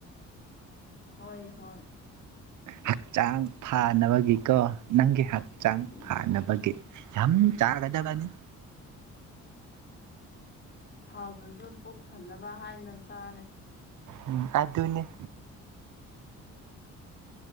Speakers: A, on the left (about 35°); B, on the right (about 75°).
A: ꯍꯣꯏ ꯍꯣꯏ
B: ꯍꯛꯆꯥꯡ ꯐꯥꯅꯕꯒꯤꯀꯣ ꯅꯪꯒꯤ ꯍꯛꯆꯥꯡ
A: ꯎꯝ
B: ꯐꯥꯅꯕꯒꯤ ꯌꯥꯝ ꯆꯥꯒꯗꯕꯅꯤ
A: ꯍꯥꯎꯇ꯭ꯔꯁꯨ ꯄꯨꯛ ꯊꯟꯅꯅꯕ ꯍꯥꯏꯅ ꯆꯥꯔꯦ꯫
B: ꯎꯝ ꯑꯗꯨꯅꯤ